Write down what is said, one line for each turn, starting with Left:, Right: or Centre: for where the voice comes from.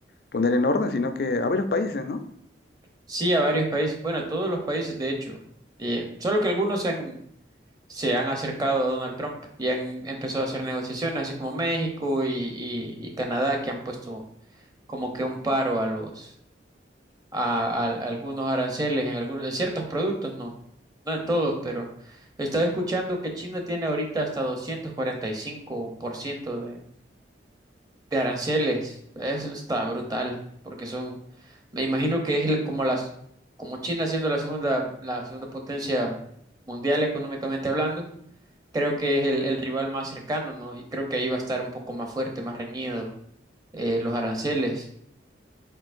Left: poner en orden, sino que a varios países, ¿no?
Right: Sí, a varios países, bueno, a todos los países de hecho, eh, solo que algunos se han, se han acercado a Donald Trump y han empezado a hacer negociaciones, así como México y, y y Canadá, que han puesto como que un paro a los a, a- a algunos aranceles en, algunos, en ciertos productos, no, no en todos, pero estaba escuchando que China tiene ahorita hasta 245% de, de aranceles. Eso está brutal, porque son, me imagino que es el- como las, como China siendo la segunda, la segunda potencia mundial económicamente hablando, creo que es el, el rival más cercano, ¿no? Y creo que ahí va a estar un poco más fuerte, más reñido, eh, los aranceles.